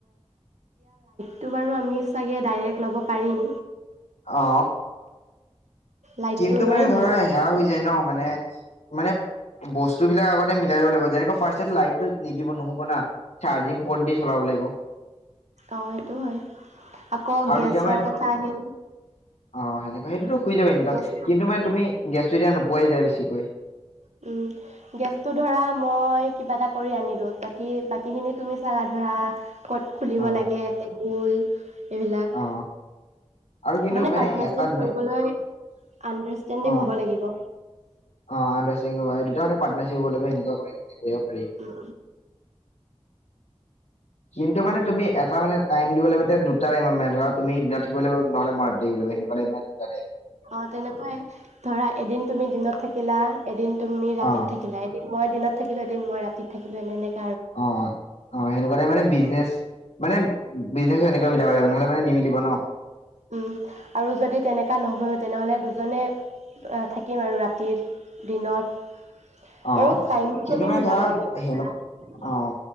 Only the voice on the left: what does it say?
অ
কিন্তু
মানে ধৰা
সেয়া হৈ যায় ন মানে মানে বস্তু বিলাক আগতে মিলাই ল'ব লাগিব হৈ যায় আকৌ ফাৰ্ষ্টত লাইটটোত নিদিব নহব না চাৰজিং পত দি চলাব লাগিব
আৰু
তেতিয়া মানে
অহ সেনেকা সেইটোতো শুই যাব ইনকাম
কিন্তু মানে তুমি গেছটো এতিয়া নোপোৱাই যায় বেছিকৈ
অ
অ আৰু কিন্তু
এটা দিনা
অ
অ আণ্ডাৰ ষ্টেণ্ডিং হোৱা দুটা মানে পাটনাৰ চিপ হব লাগিব লগ হৈ কেনি কৰিব পাৰি
কিন্তু মানে তুমি এটা মানেটাইম দিব লাগিব দুটা টাইমত মানে ধৰা তুমি দিনত থাকিব লাগিব নহলে মই ৰাতি থাকিব লাগিব সেনেকে দুটা টাইম
অ
অ অ সেনেকুৱাতোই মানে বি নে মানে বিজনেছ এনেকৈ মিলাব লাগিব নহলে মানে নিমিলিব ন
অ
কিন্তু
মানে
ধৰা
সেনে অ